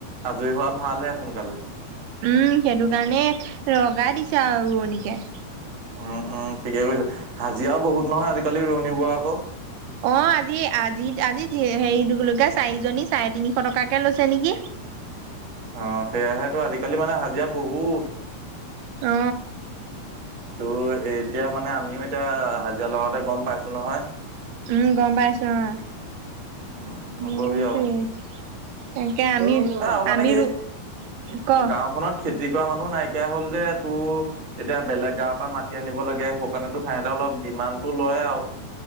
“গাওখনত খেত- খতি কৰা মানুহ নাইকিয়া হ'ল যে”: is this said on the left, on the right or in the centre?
Right